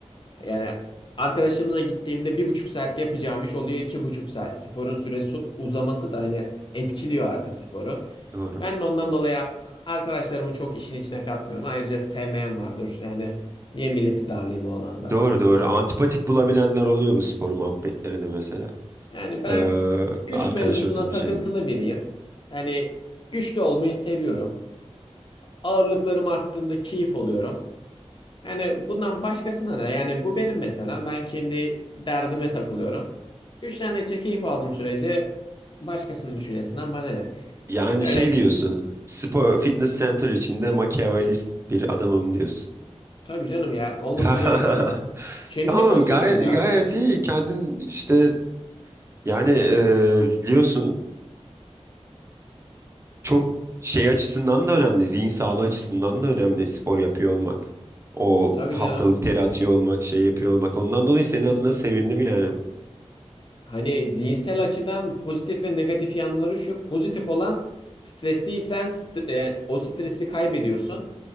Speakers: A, on the left; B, on the right.
A: Yani arkadaşımla gittiğimde bir buçuk saatte yapacağım iş oluyor iki buçuk saat. Sporun süresi uzaması da hani etkiliyor artık sporu.
B: Doğru.
A: Ben de ondan dolayı arkadaşlarımı çok işin içine katmıyorum. Ayrıca sevmeyen vardır. Yani niye milleti darlayayım o alanda?
B: Doğru doğru. Antipatik bulabilenler oluyor bu spor muhabbetlerini mesela.
A: Yani ben
B: Ee,
A: güç
B: arkadaş
A: mevzusuna
B: ortamı
A: takıntılı
B: şey.
A: biriyim. Yani güçlü olmayı seviyorum. Ağırlıklarım arttığında keyif oluyorum. Yani bundan başkasına ne? Yani bu benim mesela. Ben kendi derdime takılıyorum. Güçlendikçe keyif aldığım sürece başkasının düşüncesinden bana ne?
B: Yani
A: Öyle
B: şey
A: ki-
B: diyorsun. Spor Fitness Center içinde makyavelist bir adamım diyorsun.
A: tabii canım ya olması
B: <laughs>
A: gereken o. Kendini
B: Tamam
A: kasıyorsun
B: gayet
A: ya.
B: gayet iyi kendin işte yani e, biliyorsun çok şey açısından da önemli zihin sağlığı açısından da önemli spor yapıyor olmak. O
A: Tabii
B: haftalık
A: canım.
B: teri atıyor olmak şey yapıyor olmak ondan dolayı senin adına sevindim yani.
A: Hani zihinsel açıdan pozitif ve negatif yanları şu. Pozitif olan stresliysen st- e, o stresi kaybediyorsun.